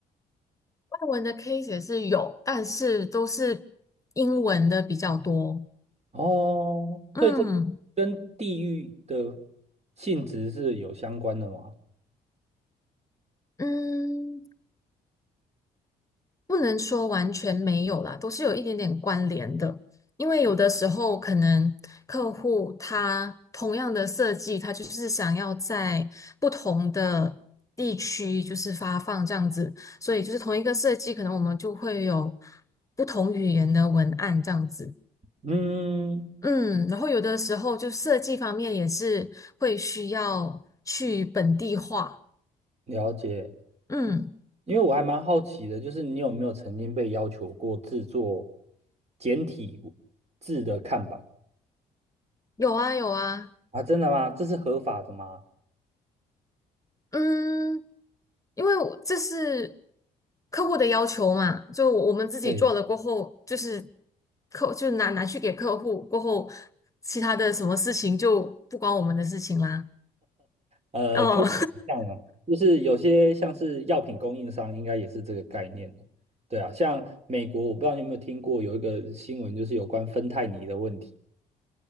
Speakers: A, on the left (about 20°); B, on the right (about 40°).
A: 外文的 case 也是有，但是都是英文的比较多。
B: 哦，
A: 嗯
B: 所以这跟地域的性质是有相关的吗？
A: 嗯。不能说完全没有啦，都是有一点点关联的。因为有的时候可能客户他同样的设计，他就是想要在不同的地区就是发放这样子，所以就是同一个设计，可能我们就会有不同语言的文案这样子。
B: 嗯，
A: 嗯，然后有的时候就设计方面也是会需要去本地化。
B: 了解。
A: 嗯，
B: 因为我还蛮好奇的，就是你有没有曾经被要求过制作简体字的看板
A: 有啊有啊。
B: 啊？真的吗？这是合法的吗？
A: 嗯，因为我这是客户的要求嘛，就我们自己做了过后，
B: 哎
A: 就是客就拿拿去给客户过后，其他的什么事情就不关我们的事情啦。
B: 呃，
A: 哦，
B: 可以想象啊，就是有些像是药品供应商，应该也是这个概念的。对啊，像美国，我不知道你有没有听过有一个新闻，就是有关芬太尼的问题。